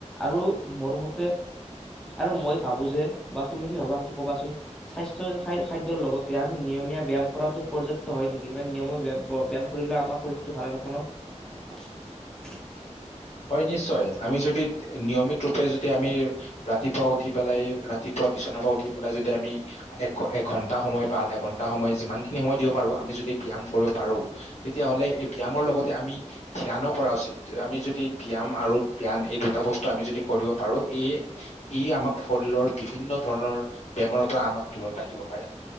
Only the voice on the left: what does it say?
হয় নিশ্চয়, আমি যদি নিয়মিত ৰূপে যদি আমি ৰাতিপুৱা উঠি পেলাই ৰাতিপুৱা বিচনাৰ পৰা উঠি পেলাই যদি আমি এক এঘন্টা সময় বা আধা ঘন্টা সময় যিমানখিনি সময় দিব পাৰো আমি যদি ব্যায়াম কৰিব পাৰো, তেতিয়াহ'লে এই ব্যায়ামৰ লগতে আমি ধ্যানো কৰা উচিত। আমি যদি ব্যায়াম আৰু ধ্যান এই দুটা বস্তু আমি যদি কৰিব পাৰো ই আমাক শৰীৰৰ বিভিন্ন ধৰণৰ বেমাৰৰ পৰা আমাক দূৰত ৰাখিব পাৰে।